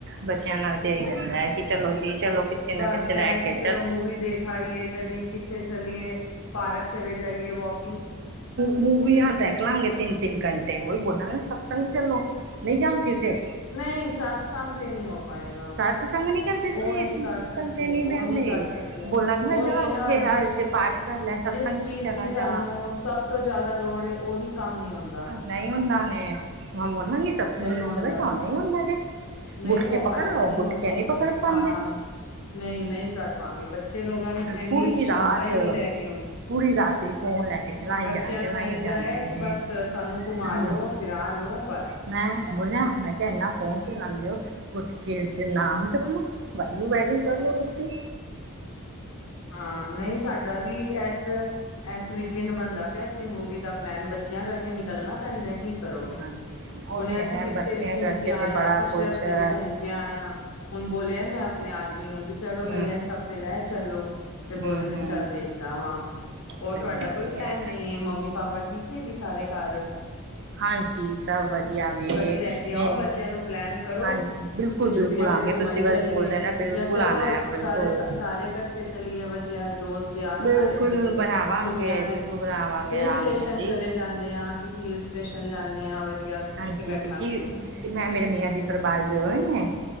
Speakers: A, on the right; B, on the left.
A: ਬੱਚਿਆਂ ਨਾਲ ਤਾਂ ਇਹੀ ਹੀ ਰਹਿੰਦਾ ਹੈ ਕਿ ਚਲੋ ਜੀ ਚਲੋ ਕਿੱਥੇ
B: ਬਸ
A: ਨਾ ਕਿੱਥੇ ਲੈ
B: ਇਹ
A: ਕੇ
B: ਕਿ ਚਲੋ ਮੂਵੀ ਦੇਖ ਆਈਏ, ਕਦੀ ਕਿੱਥੇ ਚੱਲੀਏ, ਪਾਰਕ ਚਲੇ ਜਾਈਏ ਵੋਕ
A: ਮੂੰਵੀ ਹਦਾ ਨਿਕਲਾਂਗੇ ਤਿੰਨ- ਤਿੰਨ ਘੰਟੇ ਉਹੀ ਬੋਲਾਂਗੇ ਸਤਸੰਗ ਚੱਲੋ ਨਹੀਂ ਜਾਣ ਕਿਥੇ
B: ਨਹੀਂ ਸਤ ਸਤਸੰਗ ਤੇ ਨਹੀ ਹੋ ਪਾਏਗਾ
A: ਸਤ ਸੰਗ ਨੀ ਕਰਦੇ
B: ਉਹ
A: ਸੀ
B: ਨਹੀ
A: ਤਿੰਨ
B: ਕਰ
A: ਤਿੰਨ
B: ਸਕਦੇ,
A: ਘੰਟੇ ਨੀ
B: ਉਹ
A: ਬਹਿੰਦੇ
B: ਨਹੀ ਕਰ ਸਕਦੇ ਹੈ,
A: ਬੋਲਾਂਗੇ ਨਾ
B: ਉਹੀ
A: ਜਾ
B: ਹੈ
A: ਉੱਥੇ
B: ਨਾ ਜਿਸ,
A: ਜੇ ਪਾਠ ਕਰ ਲੈ ਸਤਸੰਗ
B: ਜਿਸ ਚੀਜ਼
A: ਤੇ ਚਲਾ
B: ਦੀ ਸਾਨੂੰ
A: ਜਾ
B: ਸਭ ਤੋਂ ਜ਼ਿਆਦਾ ਲੋੜ ਉਹੀ ਕੰਮ ਨੀ ਆਉਂਦਾ
A: ਨਹੀਂ ਹੁੰਦਾ ਨੇ ਮੈਂ ਬੋਲਾਂਗੀ ਸਤਸੰਗ
B: ਨਹੀਂ ਹੁੰਦਾ
A: ਚਲ ਚਉਦਾ ਹੁੰਦਾ ਜੇ
B: ਨਹੀਂ
A: ਗੁਟਕੇ
B: ਹੋ
A: ਪਕੜ
B: ਪਾਏਗਾ,
A: ਲਓ
B: ਨਹੀਂ
A: ਗੁਟਕੇ
B: ਹੋ ਪਾਏਗਾ
A: ਪਕੜ ਪਾਉਂਦੇ
B: ਹਾਂ ਨਹੀਂ ਨਹੀਂ ਕਰ ਪਾਗੇ ਬੱਚੇ ਲੋਕਾਂ ਵਿੱਚ ਐੰਨੀ
A: ਪੂਰੀ
B: ਸਮਤਾ
A: ਰਾਤ
B: ਹੀ ਨਹੀਂ ਰਹਿ ਗਈ ਹੁਣ
A: ਪੂਰੀ ਰਾਤਰੀ ਫੋਨ ਲੈ ਕੇ ਚਲਾਏ
B: ਬੱਚਿਆਂ
A: ਜਾਣ ਚਲਾਏ
B: ਨੂੰ ਇੰਝਾ
A: ਜਾਂਦੇ
B: ਹੈ ਕਿ
A: ਨੇ
B: ਬਸ ਸਾਨੂੰ ਘੁਮਾ
A: ਹੂੰ
B: ਲੋ। ਫਿਰ ਆ ਲਓ ਬਸ
A: ਮੈਂ ਬੋਲਿਆ ਮੈਂ ਕਿਹਾ ਇੰਨਾ ਫੋਨ ਲਉਦੇਓ ਉੱਠ ਕੇ ਜੇ ਨਾਮ ਚਪਲੋ ਵਾਹਿਗੂਰੂ- ਵਾਹਿਗੂਰੂ ਕਰਲੋ ਤੁਸੀ
B: ਹਾਂ ਨਹੀਂ ਸਾਡਾ ਵੀ ਇਸ ਇਸ ਵੀਕਐਂਡ ਬਣਦਾ ਪਿਆ ਸੀ ਮੂਵੀ ਦਾ ਪਲੈਨ ਬੱਚਿਆਂ ਕਰਕੇ ਨਿਕਲਣਾ ਪੈਂਦਾ ਕਿ ਕਰੋਗੇ
A: ਹਾਂਜੀ ਉਹ
B: ਉਹਨੇ
A: ਤੇ
B: ਅਸੀਂ
A: ਹੈ
B: ਪਿੱਛੇ
A: ਬੱਚਿਆਂ
B: ਵੀ ਘੁੰਮ
A: ਕਰਕੇ
B: ਕੇ ਆਏ
A: ਤੇ
B: ਹਾਂ,
A: ਬੜਾ
B: ਪਿਛਲੇ
A: ਕੁਛ
B: ਹਫ਼ਤੇ
A: ਹੈ
B: ਵੀ ਘੁੰਮ ਕਿ ਆਆ ਹੁਣ ਬੋਲਿਆ ਮੈਂ ਆਪਣੇ ਆਦਮੀ ਨੂੰ ਕਿ ਚਲੋ
A: ਹੂੰ
B: ਬਈ ਇਸ ਹਫ਼ਤੇ ਲੈ ਚੱਲੋ ਤੇ ਬੋਲਦੇ
A: ਹੂੰ
B: ਨੇ
A: ਹੂੰ
B: ਚੱਲਦੇ ਦਾਵਾਂ ਹੋਰ
A: ਸਹੀ
B: ਤੁਹਾਡਾ
A: ਹੈ
B: ਕੋਈ
A: ਸਹੀ
B: ਪਲੈਨ
A: ਹੈ
B: ਨਹੀਂ ਹੈ ਮੰਮੀ ਪਾਪਾ ਠੀਕ ਨੇ ਜੀ ਸਾਰੇ ਘਰ
A: ਹਾਂਜੀ ਸਭ ਵਧੀਆ ਵੇ
B: ਕਦੀ ਲੈ ਕੇ ਆਓ
A: ਮੇ
B: ਬੱਚਿਆਂ ਨੂੰ ਪਲੈਨ ਕਰੋ
A: ਹਾਂਜੀ ਬਿਲਕੁਲ
B: ਕਿਤੇ ਛੁੱਟੀਆਂ
A: ਬਿਲਕੁਲ ਆਂਗੇ
B: ਤੇ ਘੁੰਮਣ
A: ਤੁਸੀਂ ਬਸ
B: ਚਲੀਏ
A: ਬੋਲ ਦੇਣਾ ਬਿਲਕੁਲ
B: ਜਾਂ ਚਲੋ
A: ਆਣਾ ਹੈ
B: ਸਾਰੇ
A: ਬਿਲਕੁਲ
B: ਸਾਰੇ ਇਕੱਠੇ ਚ ਵਧੀਆ ਦੋਸਤ ਯਾਰ
A: ਬਿਲਕੁਲ
B: ਸਾਰੇ ਮਿਲ ਕੇ
A: ਬਣਾਵਾਂਗੇ
B: ਛੁੱਟੀਆਂ ਤੇ
A: ਬਿਲਕੁਲ
B: ਕਿਸੇ
A: ਬਣਾਵਾਂਗੇ
B: ਹਿਲ ਸਟੇਸ਼ਨ
A: ਆਂਗੇ ਜੀ
B: ਚਲੇ ਜਾਂਦੇ ਜਾਂਦੇ ਹਾਂ ਕਿਸੀ ਹਿਲ ਸਟੇਸ਼ਨ ਜਾਂਦੇ ਹਾਂ ਵਧੀਆ
A: ਹਾਂਜੀ
B: ਉੱਥੇ ਬੈਠਾਂਗੇ
A: ਜੀ ਮੈਂ ਮੇਰੇ ਮੀਆਂ ਜੀ ਥੋੜੇ ਬਾਹਰ ਗਏ ਹੋਏ ਨੇ